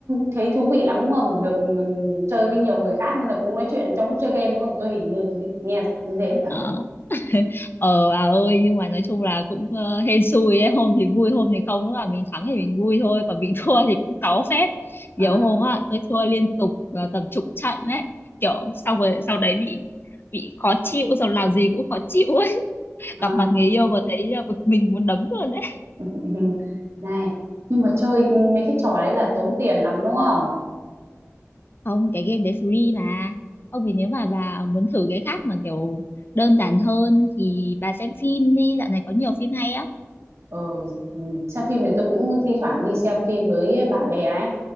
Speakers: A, on the right (about 60°); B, on the left (about 45°).
A: thấy thú vị lắm đúng không được ừm, chơi với nhiều người khác nên là cũng nói chuyện trong lúc chơi game đúng không tôi hình như tôi nghe như thế là phải
B: ờ <laughs> ờ bà ơi nhưng mà nói chung là cũng ờ, hên xui ấy hôm thì vui hôm thì không lúc nào mình thắng thì mình vui thôi còn mình <laughs> thua thì cũng cáu phết nhiều
A: à,
B: hôm á tôi thua liên tục ờ, tầm chục trận đấy kiểu sau rồi sau đấy bị bị khó chịu xong làm gì cũng khó chịu ấy <laughs>
A: à.
B: gặp mặt người yêu mà thấy ờ, bực mình muốn đấm luôn đấy
A: Ừ, Này, nhưng mà chơi mấy cái trò đấy là tốn tiền lắm đúng không?
B: không cái game đấy free mà ông thì nếu mà bà muốn thử cái khác mà kiểu đơn giản hơn thì bà xem phim đi dạo này có nhiều phim hay á
A: Ừ, ừ, xem phim thì tôi cũng thi thoảng đi xem phim với bạn bè ấy.